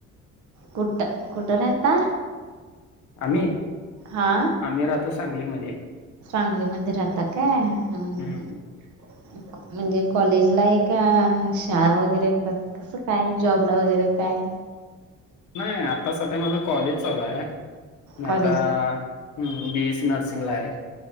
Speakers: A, on the right; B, on the left.
A: कुठ, कुठ राहता?
B: आम्ही,
A: हा
B: आम्ही राहतो सांगलीमध्ये.
A: सांगलीमध्ये राहता काय. हम् हम्
B: हम्म
A: हम् म्हणजे कॉलेज ला आहे का शाळा वगैरे तसं काय जॉबला वगैरे काय.
B: नाही आता सध्या माझं कॉलेज चालू आहे, मी
A: कॉलेज
B: आता हम् बी एस सी नर्सिंग ला आहे.